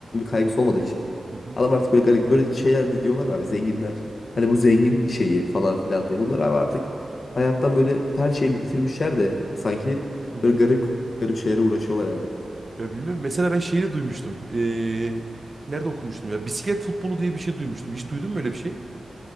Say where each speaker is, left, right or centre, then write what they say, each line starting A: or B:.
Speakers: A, on the left (about 65°); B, on the right (about 35°).
A: kaygısı olmadığı için.
B: Hı hı.
A: Adam artık böyle garip böyle şeyler diyorlar abi zenginler. Hani bu zengin şeyi falan filan diye. Bunlar abi artık hayattan böyle her şeyi bitirmişler de sanki
B: Hı hı.
A: böyle garip garip şeylere uğraşıyorlar yani.
B: Ya bilmiyorum. Mesela ben şeyi de duymuştum. Ee, nerede okumuştum ya? Bisiklet futbolu diye bir şey duymuştum. Hiç duydun mu öyle bir şey?